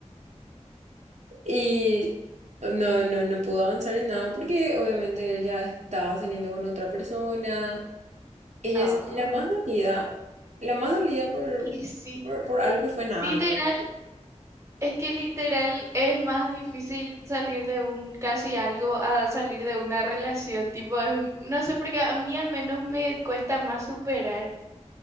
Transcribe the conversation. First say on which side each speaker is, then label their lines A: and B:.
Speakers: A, on the right; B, on the right.
A: Y no, no, no pudo avanzar en nada porque obviamente él ya estaba saliendo con otra persona. Ella
B: Ah,
A: es la más dolida, la más dolida por,
B: y sí,
A: por, por algo que fue nada
B: literal,
A: antes.
B: es que literal es más difícil salir de un casi algo a salir de una relación, tipo, es- no sé, porque a mí al menos me cuesta más superar